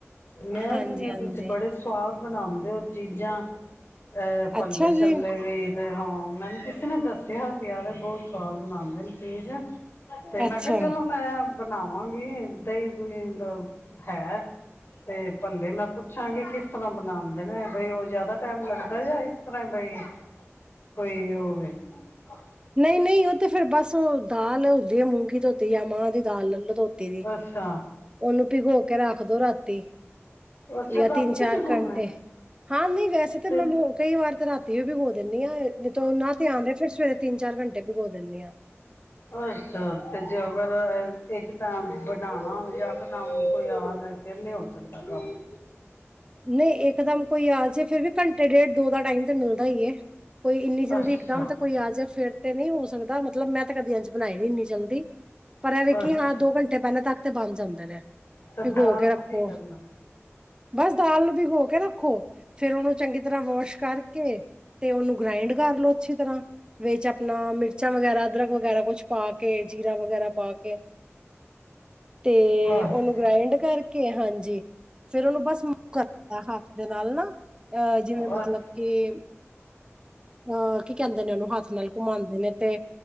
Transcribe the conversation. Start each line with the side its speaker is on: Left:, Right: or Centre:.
Left: ਮੈਂ
Right: ਹਾਂਜੀ-ਹਾਂਜੀ
Left: ਸੁਣਿਆ ਤੁਸੀਂ ਬੜੇ ਸਵਾਦ ਬਣਾਉਂਦੇ ਹੋ ਚੀਜ਼ਾਂ ਤੇ ਪੱਲੇ
Right: ਅੱਛਾ
Left: ਛੱਲੇ
Right: ਜੀ।
Left: ਵੀ ਤੇ ਹਾਂ ਮੈਨੂੰ ਕਿਸੇ ਨੇ ਦੱਸਿਆ ਸੀ। ਬਹੁਤ ਸਵਾਦ ਬਣਉਦੇ ਨੇ ਚੀਜ਼ ਤੇ
Right: ਅੱਛਾ-ਅੱਛਾ
Left: ਮੈਂ ਕਿਹਾ ਚਲੋ ਮੈਂ। ਬਣਾਵਾਂਗੇ ਦਹੀਂ ਦੁਹੀ। ਹੈ ਤੇ ਭੱਲੇ ਮੈਂ ਪੁੱਛਾਂਗੀ ਕਿਸ? ਤਾਂ ਬਣਾਉਦੇ ਨੇ ਬਈ ਉਹ ਜਿਆਦਾ ਟਾਈਮ ਲੱਗਦਾ ਜਾ ਇਸ ਤਰ੍ਹਾਂ ਬਈ ਕੋਈ ਹੋਵੇ ।
Right: ਨਹੀਂ ਨਹੀਂ ਉਹ ਤੇ ਫੇਰ ਬਸ ਉਹ ਦਾਲ ਹੁੰਦੀ ਹੈ ਮੂੰਗੀ। ਧੋਤੀ ਜਾਂ ਮਾਂਹ ਦੀ ਦਾਲ ਲੈ ਲਓ ਧੋਤੀ ਦੀ
Left: ਅੱਛਾ
Right: ਉਹਨੂੰ ਭਿਗੋ ਕੇ ਰੱਖ ਦਿਓ ਰਾਤੀ। ਤੇ
Left: ਅੱਛਾ
Right: ਜਾਂ
Left: ਰਾਤੀ
Right: ਤਿੰਨ ਚਾਰ
Left: ਭਿਗੋਣਾ
Right: ਘੰਟੇ
Left: ਹੈ
Right: ਹਾਂ ਨਹੀਂ ਵੈਸੇ ਤਾਂ
Left: ਤੇ
Right: ਮੈਂ ਕਈ ਵਾਰ ਤਾਂ ਰਾ ਦੀਓ ਵੀ ਬੋਲ ਦਿੰਦੀ ਆ ਨ ਤਾਂ ਆਉਂਦੇ ਫਿਰ ਸਵੇਰੇ ਤਿੰਨ ਚਾਰ ਘੰਟੇ ਭਿਗੋ ਦਿੰਦੀ ਹਾਂ।
Left: ਅੱਛਾ ਤੇਜੀੀ ਅਗਸਤ ਅ ਇੱਕ ਤਾਂ ਬਣਾਉਣਾ ਹਣ ਜ ਦ ਕੋਈ ਆਦਾ ਫਿਰ ਨਹੀਂ ਹੋ ਸਕਦਾ ਕੰਮ
Right: ਨਹੀਂ ਇੱਕਦਮ ਕੋਈ ਆਜ ਫੇਿਰ ਵੀ ਘੰਟੇ ਡੇਢ ਦੋ ਦਾ ਟਾਈਮ ਤੇ ਮਿਲਦਾ ਹੀ ਏ ਕੋਈ ਇੰਨੀ ਜਲਦੀ
Left: ਅੱਛਾ
Right: ਇੱਕਦਮ ਤਾਂ ਕੋਈ ਆ ਜਾ ਫੇਿਰ ਤੇ ਨਹੀਂ ਸਕਦਾ ਮਤਲਬ ਮੈਂ ਤਾਂ ਕਦੀ ਇੰਜ ਬਣਾਈਣੀ ਨ ਨਹੀਂ ਚਾਹੁੰਦੀ ਪਰ ਐਵੇਂ ਕਿ
Left: ਅੱਛਾ
Right: ਹਾਂ ਦੋ ਘੰਟੇ ਪਹਿਲਾਂ ਤੱਕ ਤੇ ਬਣ ਜਾਂਦਾ ਰਿਹਾ
Left: ਤੇ
Right: ਭਿਗੋ
Left: ਦਾਲ
Right: ਕੇ ਰੱਖੋ
Left: ਨੂੰ ਕੀ ਕਰਨਾ
Right: ਬਸ ਦਾਲ ਨੂੰ ਭਿਗੋ ਕੇ ਰੱਖੋ ਫੇਰ ਉਹਨੂੰ ਚੰਗੀ ਤਰ੍ਹਾਂ ਵਾਸ਼ ਕਰਕੇ ਤੇ ਉਹਨੂੰ ਗ੍ਰਾਇੰਡ ਕਰਲੋ ਅੱਛੀ ਤਰ੍ਹਾਂ ਵਿੱਚ ਆਪਣਾ ਮਿਰਚਾਂ ਵਗੈਰਾ ਅਦਰਕ ਵਗੈਰਾ ਕੁਛ ਪਾ ਕੇ ਜੀਰਾ ਵਗੈਰਾ ਪਾ ਕੇ ਤੇ
Left: ਬਸ
Right: ਉਹਨੂੰ ਗ੍ਰਾਇੰਡ ਕਰਕੇ ਹਾਂਜੀ ਫੇਿਰ ਉਹਨੂੰ ਬਸ ਕਰਦਾ ਹੱਥ ਦੇ ਨਾਲ ਨਾ ਅਹ ਜਿਵੇਂ ਮਤਲਬ
Left: ਅ-
Right: ਕੇ ਅਹ ਿੰਦੇ ਨੇ ਉਹਨੂੰ ਹੱਥ ਨਾਲ ਘੁਮਾਉਂਦੇ ਨੇ ਤੇ